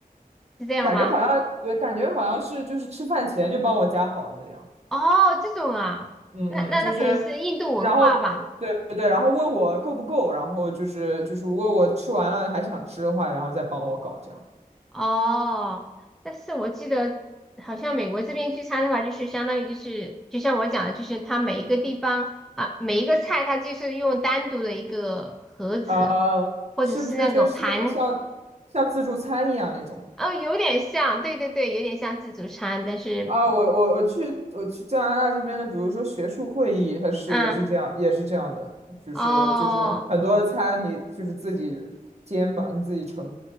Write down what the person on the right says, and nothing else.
感觉好像对，感觉好像是就是吃饭前就帮我夹好的那样。
嗯嗯，
就是，然后呃对对对，然后问我够不够，然后就是就是如果我吃完了还想吃的话，然后再帮我搞这样。
呃，
是不是就是那种像像自助餐一样那种？
啊，我我我去我去加拿大这边的，比如说学术会议，它是也是这样也是这样的，
就是就是很多餐你就是自己煎吧，
你自己盛。